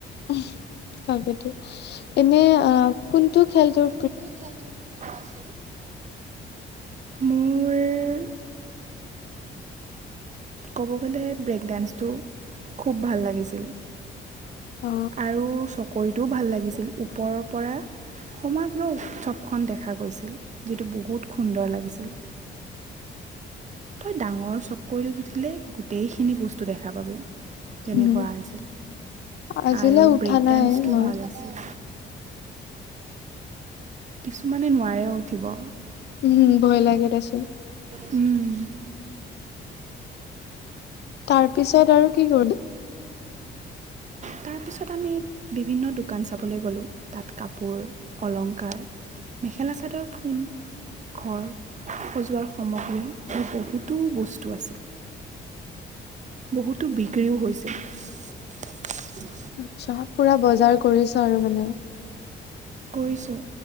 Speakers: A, on the left; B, on the right.
A: উম তাকেতো এনে আহ কোনটো খেলটোৰ?
B: কি খেল তোৰ প্ৰিয় আছিল? মোৰ ক'ব গ'লে ব্ৰেক ডান্সটো, খুব ভাল লাগিছিল।
A: অ
B: আৰু চকৰিটোও ভাল লাগিছিল। ওপৰৰ পৰা সমাগ্ৰ উৎসৱখন দেখা গৈছিল, যিটো বহুত সুন্দৰ লাগিছিল। তই ডাঙৰ চকৰিত উঠিলে গোটেইখিনি বস্তু দেখা পাবি।
A: উম
B: তেনেকুৱা আছিল
A: আজিলৈ
B: আৰু
A: উঠা
B: ব্ৰেক
A: নাই
B: ডান্সটো
A: মই
B: ভাল আছিল। কিছুমানে নোৱাৰেও উঠিব।
A: উম হুম ভয় লাগে দেচোন।
B: উম
A: তাৰ পিছত আৰু কি কৰিলি?
B: তাৰপিছত আমি বিভিন্ন দোকান চাবলৈ গ'লোঁ তাত কাপোৰ, অলংকাৰ, মেখেলা-চাদৰ, ফুল ঘৰ সজোৱাৰ সামগ্ৰী এই বহুতো বস্তু আছিল। বহুতো বিক্ৰীও হৈছিল।
A: আচ্ছা, পুৰা বজাৰ কৰিছা আৰু মানেও
B: কৰিছোঁ